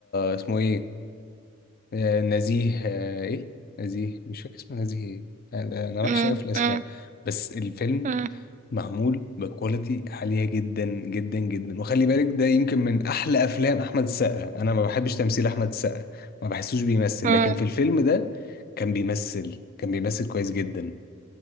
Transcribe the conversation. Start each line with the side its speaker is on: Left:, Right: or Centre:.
Left: اسمه ايه آه، نزيه آه، ايه نزيه مش فاكر اسمه نزيه ايه انا أنا وحش
Right: إمم،
Left: قوي في الاسماء
Right: إمم،
Left: بس الفيلم
Right: إمم،
Left: معمول بكواليتي عاليه جدا جدا جدا وخلي بالك ده يمكن من احلى افلام احمد السقا انا ما بحبش تمثيل احمد السقا ما بحسوش بيمثل
Right: إمم،
Left: لكن في الفيلم ده كان بيمثل كان بيمثل كويس جدا